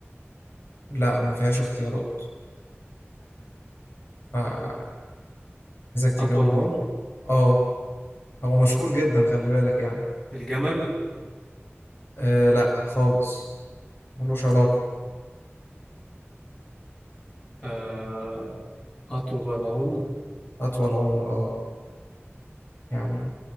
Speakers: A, on the left; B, on the left.
A: لا ما فيهاش اختيارات فعايزك تجاوبني
B: اطول عمر
A: اه هو مشهور جدا خلي بالك يعني
B: الجمل
A: آه لا خالص ملوش علاقة
B: آه، اطول عمر
A: أطول عمر اه يعني